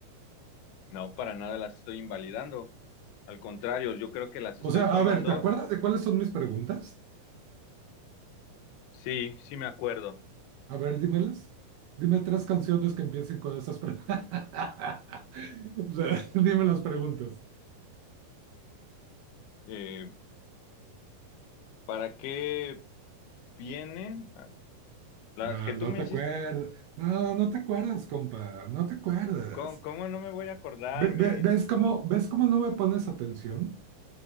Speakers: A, on the left (about 85°); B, on the right (about 80°).
A: No, para nada las estoy invalidando. Al contrario, yo creo que las
B: O
A: estoy
B: sea,
A: tomando.
B: a ver, ¿te acuerdas de cuáles son mis preguntas?
A: Sí, sí me acuerdo.
B: A ver, dímelas. Dime tres canciones que empiecen con esas preguntas. <laughs> Dime las preguntas.
A: Eh, ¿para qué vienen? Ah, Las
B: No,
A: que
B: no
A: tú me
B: te
A: hiciste
B: acuerdas. No, no te acuerdas, compa. No te acuerdas.
A: ¿Cómo, cómo no me voy a acordarme?
B: Ve- ve- ¿Ves cómo, ves cómo no me pones atención?